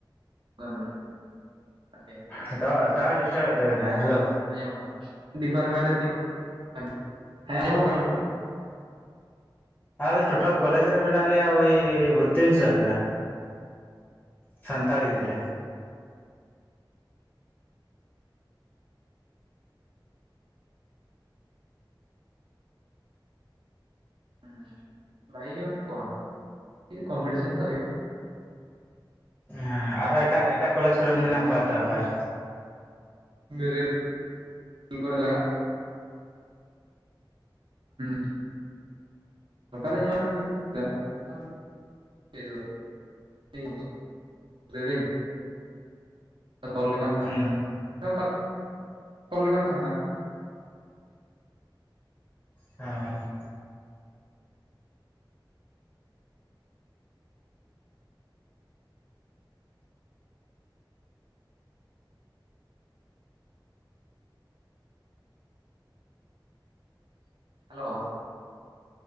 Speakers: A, on the right; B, on the left.
A: ᱜᱟᱱ ᱢᱮᱱᱟᱜ ᱯᱮᱭᱟ
B: ᱮᱸ ᱴᱟᱣᱟᱨ ᱰᱤᱥᱴᱟᱵᱮᱫ ᱛᱟᱵᱮᱱᱟ
A: ᱦᱮᱸ
B: ᱦᱮᱞᱳ
A: ᱟᱸᱡᱚᱢᱚᱜ ᱠᱟᱱᱟ ᱰᱤᱯᱟᱨᱢᱮᱱᱴ ᱨᱮ ᱛᱤᱱ <unintelligible> ᱦᱮᱸ ᱟᱸᱡᱚᱢᱚᱜ ᱠᱟᱱᱟ ᱟᱡᱚᱢᱚᱜ ᱠᱟᱱᱟ
B: ᱟᱞᱮ ᱴᱳᱴᱟᱞ ᱠᱚᱞᱮᱡᱽ ᱨᱮ ᱢᱮᱱᱟᱜ ᱞᱮᱭᱟ ᱳᱭ ᱵᱚᱛᱛᱨᱤᱥ ᱡᱚᱱ ᱜᱟᱱ ᱥᱟᱱᱛᱟᱲ ᱜᱤᱫᱽᱨᱟᱹ
A: ᱦ ᱵᱷᱟᱜᱤ ᱜᱮ ᱢᱮᱱᱟᱜ ᱠᱚᱣᱟ ᱠᱚᱢᱯᱤᱴᱤᱥᱮᱱ ᱫᱚ ᱦᱩᱭᱩᱜ
B: ᱦᱮᱸ ᱟᱨᱚ ᱮᱴᱟᱜ ᱮᱴᱟᱜ ᱠᱚᱞᱮᱡᱽ ᱠᱚᱨᱮᱱ ᱢᱮᱱᱟᱜ ᱠᱚᱣᱟ ᱛᱚ ᱟᱵᱟᱨ
A: ᱨᱮᱞ ᱠᱚᱨᱮ ᱞᱟᱜᱟᱣ ᱦᱩᱸ ᱱᱚᱝᱠᱟᱨᱤᱧ ᱧᱟᱢ ᱠᱷᱟᱱ <unintelligible> <unintelligible> ᱫᱟᱹᱲᱟᱹᱧ ᱛᱚᱞ ᱞᱮᱠᱟᱢ ᱛᱟᱦᱮᱱᱟ
B: ᱦᱩᱸ
A: <unintelligible> ᱚᱱᱠᱟ ᱛᱚᱞ ᱞᱮᱠᱟᱢ ᱛᱟᱦᱮᱱᱟ
B: ᱦᱮᱸ
A: ᱦᱮᱞᱳᱣ